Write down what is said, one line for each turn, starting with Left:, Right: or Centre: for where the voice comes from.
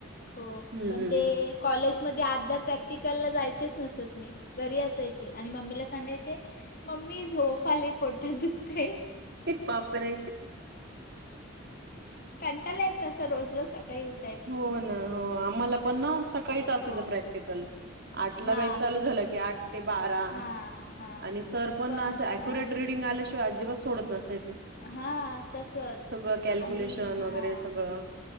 Left: हो.
Right: हम्म
Left: पण
Right: हम्म.
Left: ते कॉलेजमध्ये अर्ध्या प्रॅक्टिकलला जायचेच नसत मी, घरी असायची आणि मम्मीला सांगायचे, मम्मी झोप आले पोटात दुखतय.
Right: बापरे
Left: कंटाला यांयचा असां रोज रोज सकाळी उठ
Right: हो ना हो, आम्हाला पण न सकाळीच असायचं
Left: हो
Right: प्रॅक्टिकल आठला
Left: हां
Right: बॅज चालू झालं की, आठ ते बारा
Left: हां हां
Right: आणि सर पण
Left: प
Right: न असे एक्युरेट
Left: हां
Right: रीडिंग आल्याशिवाय अजिबात सोडत नसायच.
Left: हां तसंच
Right: सगळं कॅल्क्युलेशन
Left: आणि हां
Right: वगैरे सगळं